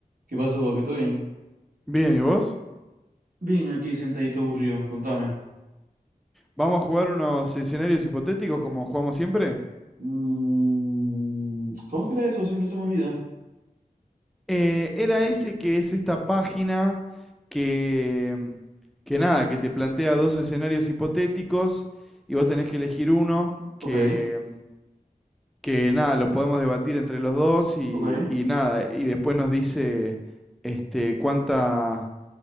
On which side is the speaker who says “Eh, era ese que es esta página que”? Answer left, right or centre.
Centre